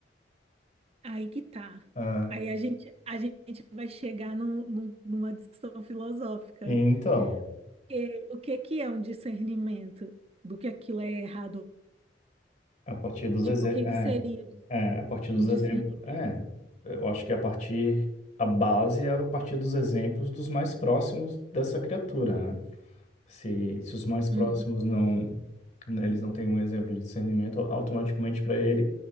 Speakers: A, on the right (about 35°); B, on the left (about 45°).
A: Aí que tá.
B: Ah,
A: Aí a gente, a gente vai chegar num- num- numa discussão filosófica.
B: e então,
A: Que- o que que é um discernimento do que aquilo é errado?
B: a partir dos
A: Tipo,
B: exemplos.
A: o que
B: É,
A: que seria
B: é, a partir dos
A: um discernimento?
B: exemplos. É, eu acho que a partir. A base é a partir dos exemplos dos mais próximos dessa criatura, né? Se, se os mais próximos
A: Uhum,
B: não. né, eles não têm um exemplo de discernimento, automaticamente para ele,